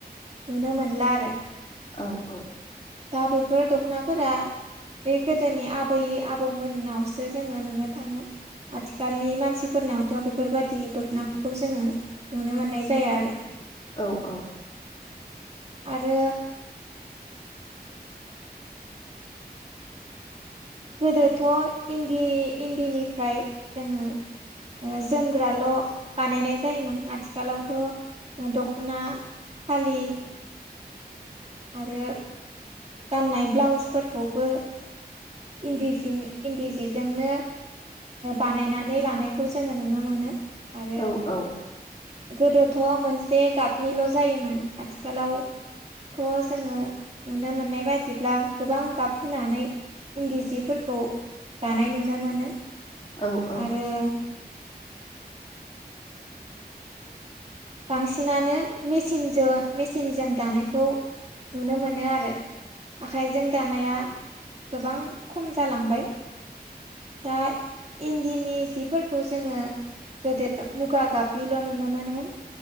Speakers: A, on the right; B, on the left.
A: नुनो मोनला आरो।
B: औ औ।
A: दा बेफोर दख'नाफोरा बे गोदोनि आबै आबौमोननावसो जोंङो नुनो थांङो। आथिखालनि मानसिफोरनावथ' बेफोरबायाददि दख'नाखौ जोंङो नुनो मोननाय जाया आरो।
B: औ औ।
A: आरो गोदोथ' इन्दि इन्दिनिफ्राय जोंङो ओ जोमग्राल' बानायनाय जायोमोन आथिखालावथ' दख'ना द'खना फालि आरो गाननाय ब्लाउसफोरखौबो इन्दिजों इन्दि जिजोंनो बानायनानै लानायखौ जोंङो नुनो मोनो। आरो
B: औ औ।
A: गोदोथ' मोनसे गाबनिल' जायोमोन आथिखालाव थ' जोङो नुनो मोननाय बादिब्ला गोबां गाब होनानै। इन्दि जि फोरखौ दानाय नुनो मोनो।
B: औ - औ।
A: आरो बांसिनानो मेसिनजो मेचिनजों दानायखौ। नुनो मोनो आरो आखाइजों दानाया गोबां। खम जालांबाय दा। इन्दिनि जि फोरखौ जोङो गोदो मुगा गाबनिल' नुनो मोनोमोन।